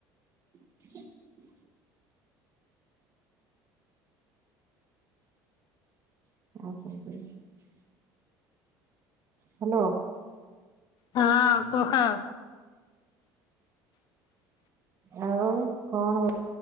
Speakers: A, on the right; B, on the left.
A: ହ <inaudible> ହ୍ୟାଲୋ।
B: ହଁ କୁହ? <inaudible>
A: ଆଉ କଣ